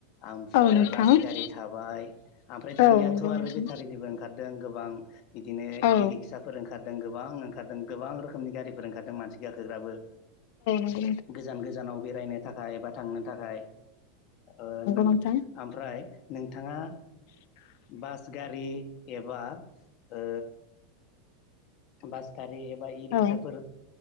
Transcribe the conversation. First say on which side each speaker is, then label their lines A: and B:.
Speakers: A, on the left; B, on the left.
A: ओमफ्राय
B: औ नंगौ
A: बास
B: नोंथां
A: गारि थाबाय ओमफ्राय दानियाथ'
B: औ नंगौ
A: आरो
B: नोंथां
A: बेटारिनिबो ओंखारदों गोबां बिदिनो इ
B: औ
A: रिक्साफोर ओंखारदों गोबां ओंखारदों गोबां रोखोमनि गारिफोर ओंखारदों मानसि गाखोग्राबो।
B: नंगौ
A: गोजान गोजानाव बेरायनो थाखाय बा थांनो थाखाय। ओ नों
B: नोंथां
A: ओमफ्राय नोंथाङा बास गारि एबा ओ बास गारि एबा इ रिक्साफोर
B: औ औ